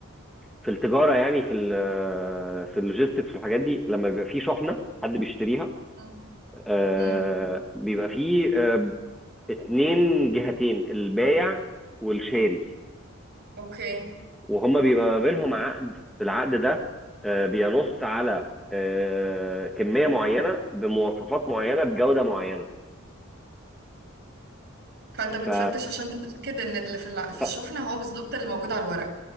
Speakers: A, in the centre; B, on the right (about 50°).
A: في التجاره يعني في ال في اللوجيستكس والحاجات دي لما بيبقى في شحنه حد بيشتريها
B: امم
A: آه
B: أمم.
A: بيبقى فيه آه اتنين جهتين البايع والشاري
B: اوكي
A: وهما بيبقى ما بينهم عقد العقد ده آه بينص على آه كمية معينة بمواصفات معينة بجودة معينة
B: فانت بتفتش
A: ف...
B: عشان تتاكد ان اللي في الع... في
A: ف...
B: الشحنه هو بالظبط اللي موجود على الورق